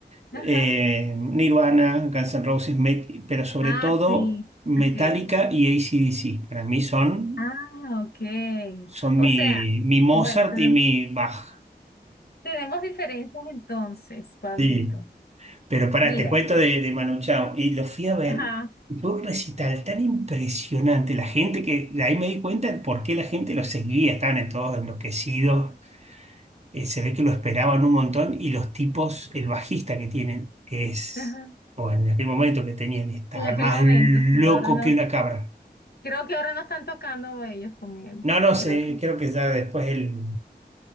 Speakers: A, on the right (about 40°); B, on the left (about 65°).
A: eh,
B: Ajá.
A: Nirvana, Guns N' Roses, Met- pero sobre
B: Ah,
A: todo
B: sí,
A: Metallica
B: ok.
A: y AC/DC. Para mí son,
B: Ah, ok.
A: son
B: O
A: mi,
B: sea,
A: mi Mozart
B: bueno, tenem-
A: y mi Bach.
B: tenemos diferencias entonces, Pablito.
A: Sí, pero pará,
B: Mira.
A: te cuento de, de Manu Chao. Y lo fui a ver,
B: Ajá.
A: fue un recital tan impresionante. La gente que, de ahí me di cuenta de por qué la gente lo seguía, estaban en todos enloquecidos. Eh, se ve que lo esperaban un montón. Y los tipos, el bajista que tienen, es,
B: Ajá.
A: o en aquel momento que tenían, está
B: En aquel
A: más
B: momento,
A: loco
B: sí, ahora no.
A: que una cabra.
B: Creo que ahora no están tocando ellos con él.
A: No, no
B: Creo
A: sé,
B: que.
A: creo que ya después él